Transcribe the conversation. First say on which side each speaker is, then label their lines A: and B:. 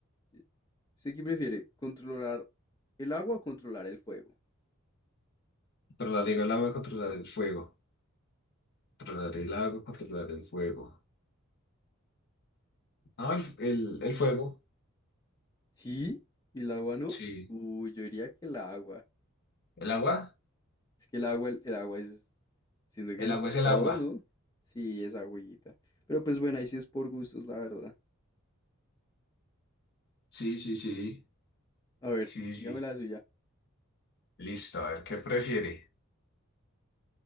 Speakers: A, on the left; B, on the left.
A: Sí. ¿Usted qué prefiere? ¿Controlar el agua o controlar el fuego?
B: Controlar el agua, controlar el fuego. Controlar el agua, controlar el fuego. No, el, el, el fuego.
A: ¿Sí? ¿Y el agua no?
B: Sí,
A: Uy, yo diría que el agua.
B: ¿El agua?
A: Es que el agua, el, el agua es, siento
B: El
A: que es
B: agua es el
A: todo,
B: agua.
A: ¿no? Sí, es agüita. Pero pues bueno, ahí sí es por gustos, la verdad.
B: sí, sí, sí.
A: A ver,
B: Sí, sí.
A: dígame la suya.
B: Listo, a ver, ¿qué prefiere?